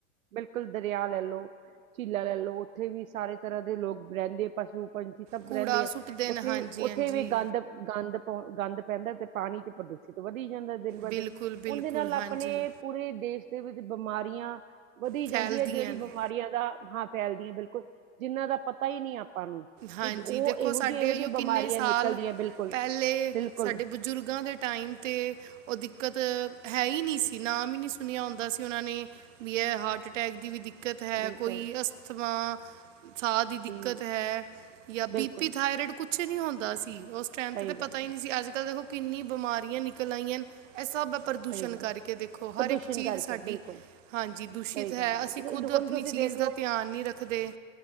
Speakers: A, on the right; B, on the right.
A: ਬਿਲਕੁਲ ਦਰਿਆ ਲੈ ਲਓ ਝੀਲਾ ਲੈ ਲਓ ਉੱਥੇ ਵੀ ਸਾਰੇ ਤਰ੍ਹਾਂ ਦੇ ਲੋਕ ਰਹਿੰਦੇ, ਪਸੂ ਪੰਛੀ ਸਭ
B: ਕੂੜਾ
A: ਰਹਿੰਦੇ ਆ
B: ਸੁੱਟਦੇ
A: ਉੱਥੇ
B: ਨੇ ਹਾਂਜੀ
A: ਉੱਥੇ
B: ਹਾਂਜੀ
A: ਵੀ ਗੰਦ ਗੰਦ ਪੋ ਗੰਦ ਪੈਂਦਾ ਤੇ ਪਾਣੀ ਤੇ ਪ੍ਰਦੂਸ਼ਿਤ ਵਧੀ ਜਾਦਾ ਦਿਨ ਬ
B: ਬਿਲਕੁਲ
A: ਦਿਨ-
B: ਬਿਲਕੁਲ
A: ਉਦੇ ਨਾਲ
B: ਹਾਂਜੀ
A: ਆਪਣੇ ਪੂਰੇ ਦੇਸ਼ ਦੇ ਵਿੱਚ ਬਿਮਾਰੀਆਂ ਵਧੀ
B: ਫੈਲਦੀਆਂ
A: ਜਾਂਦੀ ਐ ਜੇੜੀ
B: ਨੇ
A: ਬਿਮਾਰੀਆਂ ਦਾ ਹਾਂ ਫੈਲਦੀ ਐ ਬਿਲਕੁਲ ਜਿੰਨਾਂ ਦਾ ਪਤਾ ਈ ਨਈ ਆਪਾਂ ਨੂੰ।
B: ਹਾਂਜੀ
A: ਕਿ ਉਹ
B: ਦੇਖੋ
A: ਇਹੋ
B: ਸਾਡੇ
A: ਜਿਹੀ ਇਹੋ
B: ਐਈਓ
A: ਜਿਹੀਆਂ ਬਿਮਾਰੀਆਂ
B: ਕਿਨੇ ਸਾਲ
A: ਨਿਕਲਦੀਆਂ ਬਿਲਕੁਲ
B: ਪਹਿਲੇ
A: ਬਿਲਕੁਲ
B: ਸਾਡੇ ਬਜ਼ੁਰਗਾਂ ਦੇ ਟਾਈਮ- ਤੇ ਓ ਦਿੱਕਤ ਹੈ ਈ ਨੀ ਸੀ ਨਾਮ ਈ ਨਈ ਸੁਣਿਆ ਹੁੰਦਾ ਸੀ ਉਹਨਾਂ ਨੇ- ਵੀ ਐ ਹਾਰਟ ਅਟੈਕ ਦੀ ਵੀ ਦਿੱ ਕਤ ਹੈ।
A: ਬਿਲਕੁਲ
B: ਕੋਈ ਅਸਥਮਾ ਸਾਹ ਦੀ
A: ਜੀ
B: ਦਿੱਕਤ ਹੈ। ਜਾਂ ਬੀ
A: ਬਿਲਕੁਲ
B: ਪੀ ਥਾਇਰਇਡ ਕੁਛ ਨੀ ਹੁੰਦਾ ਸੀ ਉਸ ਟਾਈਮ
A: ਸਹੀ
B: ਤੇ ਤਾਂ
A: ਗੱਲ
B: ਪਤਾ
A: ਹੈ,
B: ਈ ਨਈ ਸੀ, ਅੱਜ ਕੱਲ ਦੇਖੋ ਕਿੰਨੀ ਬਿਮਾਰੀਆਂ ਨਿਕਲ ਆਈਆਂ ਐਹ ਸ ਪ੍ਰਦੂਸ਼ਣ
A: ਸਹੀ ਗੱਲ
B: ਕਰਕੇ
A: ਹੈ,
B: ਦੇਖੋ ਹਰ
A: ਪ੍ਰਦੂਸ਼ਣ
B: ਇਕ ਚੀਜ
A: ਕਰਕੇ
B: ਸਾਡੀ-
A: ਬਿਲਕੁਲ
B: ਹਾਂਜੀ ਦੂਸ਼ਿਤ
A: ਸਹੀ
B: ਹੈ।
A: ਗੱਲ
B: ਅਸੀ ਖੁਦ
A: ਹੁਣ
B: ਆਪਣੀ
A: ਤੁਸੀਂ
B: ਚੀਜ
A: ਦੇਖ ਲਓ
B: ਦਾ ਧਿਆਨ ਨੀ ਰੱਖਦੇ।